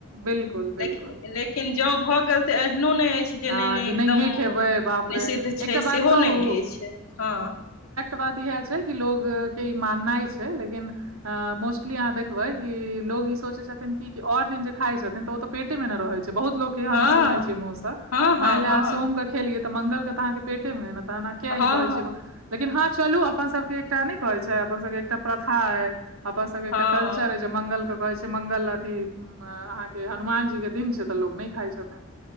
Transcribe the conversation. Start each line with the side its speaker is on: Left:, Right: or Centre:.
Right: बिल्कुल बिल्कुल
Left: लेकिन लेकिन जँ भऽ गेल तऽ एहनो नहि अछि जे
Right: हँ
Left: नहि नहि
Right: कि
Left: एकदम
Right: नहिये खेबै बाप रे
Left: निषिद्ध छै
Right: एकटा
Left: सेहो
Right: बात कहूँ
Left: नहि अछि हँ
Right: बात इएह छै कि लोग के ई माननाइ छै लेकिन हं मोस्टली अहाँ देखबै कि लोग ई सोचै छथिन कि ओर दिन जे खाइ छथिन त ओ तऽ पेटे मे न रहै छै बहुत लोकक
Left: हँ
Right: हम सुनने छियै मुँह सऽ
Left: हँ हँ
Right: मान लियह
Left: हँ
Right: की आहाँ सोम के खेलिय त मंगल के त अहाँ के पेटे मे न‌ तहन आहाँ एना ई
Left: हँ
Right: किया कहे छिये लेकिन हाँ चलू अपन सबके एकटा नहि कहै छै अपन सबके एकटा प्रथा अय अपन सबहक
Left: हँ
Right: एकटा कल्चर आछि जे मंगल के कहे छै मंगल अथी अहाँ के हनुमान जी के दिन छै त लोग नहि खाइ छथिन